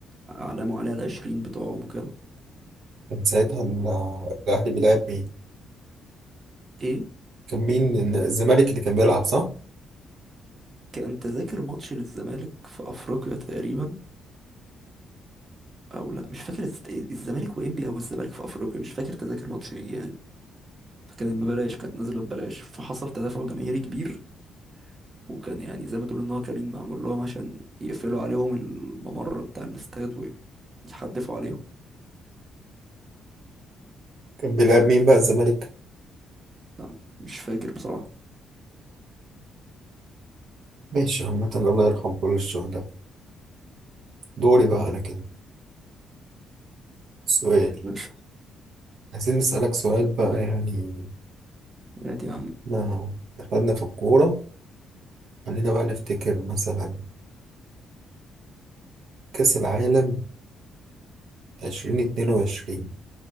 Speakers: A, on the right; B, on the right.
A: علامة عليها العشرين بتوعهم وكده
B: كان ساعتها ال- الاهلي بيلعب مين
A: ايه
B: كان مين إن- الزمالك اللي كان بيلعب صح
A: كان تذاكر ماتش للزمالك في افريقيا تقريبا او لا مش فاكر الز- الزمالك وانبي او الزمالك في افريقيا مش فاكر تذاكر ماتش ايه يعني فكانت ببلاش كانت نازلة ببلاش فحصل تدافع جماهيري كبير وكان يعني زي ما تقول ان هو كمين معمول لهم عشان يقفلوا عليهم الممر بتاع الاستاد ويحدفوا عليهم
B: كان بيلعب مين بقى الزمالك
A: لا مش فاكر بصراحة
B: ماشي عامه الله يرحم كل الشهداء دوري بقى انا كده سؤال
A: مش
B: عايزين نسالك سؤال بقى يعني
A: هات يا عم
B: احنا دخلنا في الكوره خلينا بقى نفتكر مثلا كأس العالم 2022